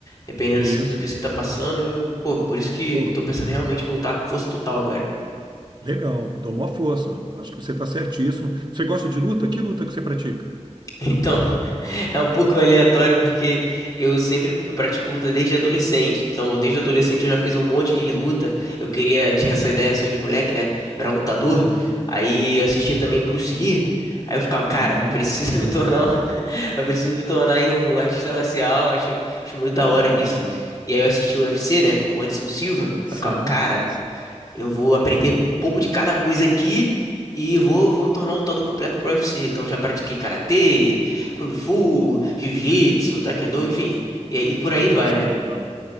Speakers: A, on the left (about 30°); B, on the right (about 40°).
A: dependendo
B: Isso.
A: se- do que você tá passando. Eu, pô, por isso que
B: Pô,
A: tô pensando em realmente voltar com força total agora.
B: legal. Dou maior força. Acho que você está certíssimo. Você gosta de luta? Que luta que você pratica?
A: Então, <laughs> é um pouco aleatório porque eu sempre eu pratico luta desde adolescente. Então, desde adolescente eu já fiz um monte de luta. Eu queria, tinha essa ideia, sonho de moleque, né? Virar lutador.
B: Uhum.
A: Aí eu assistia também Bruce Lee. Aí eu ficava, cara,
B: Uhum,
A: <laughs> precisa
B: sei.
A: me tornar um... <laughs> eu preciso me tornar aí um artista marcial, acho, acho muito da hora
B: <laughs>
A: isso.
B: Legal.
A: E aí eu assisti o UFC, né, com o Anderson Silva. Aí
B: Sim,
A: Eu ficava, cara,
B: sim.
A: eu vou aprender
B: sim.
A: um pouco de cada coisa aqui e vou, vou me tornar um lutador completo pro UFC. Então eu já pratiquei karatê, kung fu, jiu-jitsu, taekwondo, enfim. E, aí- e por
B: Rapaz,
A: aí vai, né?
B: que legal.